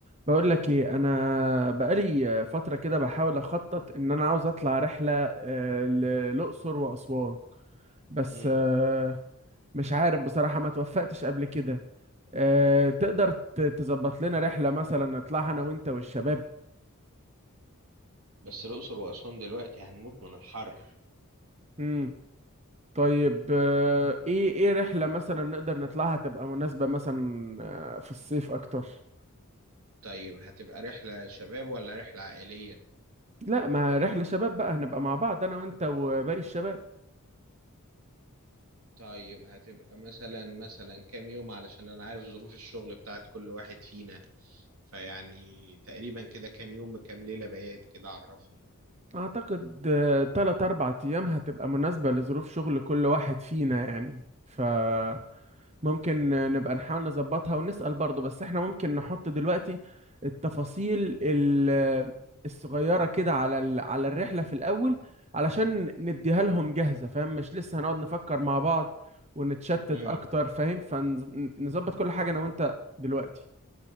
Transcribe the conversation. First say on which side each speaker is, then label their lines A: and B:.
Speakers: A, on the right (about 30°); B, on the right (about 75°).
A: بقول لك ايه انا بقالي فتره كده بحاول اخطط ان انا عاوز اطلع رحله آه، للاقصر واسوان بس
B: امم
A: آه، مش عارف بصراحه ما توفقتش قبل كده آه، تقدر ت- تظبط لنا رحله مثلا نطلعها انا وانت والشباب
B: بس الأقصر وأسوان دلوقتي هنموت من الحر
A: امم طيب آه، ايه ايه رحله مثلا نقدر نطلعها تبقى مناسبه مثلا آه، في الصيف اكتر
B: طيب هتبقى رحلة شباب ولا رحلة عائلية
A: لا ما رحله شباب بقى هنبقى مع بعض انا وانت وباقي الشباب
B: طيب هتبقى مثلا مثلا كام يوم علشان أنا عارف ظروف الشغل بتاعت كل واحد فينا فيعني تقريبا كده كام يوم بكام ليلة بيات كده عرفني
A: اعتقد آه، تلات اربع ايام هتبقى مناسبة لظروف شغل كل واحد فينا يعني فممكن آه، نبقى نحاول نظبطها ونسأل برضه بس احنا ممكن نحط دلوقتي التفاصيل ال- آه، الصغيرة كده على ال- على الرحلة في الاول علشان نديها لهم جاهزة فاهم مش لسه هنقعد نفكر مع بعض ونتشتت
B: امم
A: اكتر فاهم فنظبط كل حاجة انا وانت دلوقتي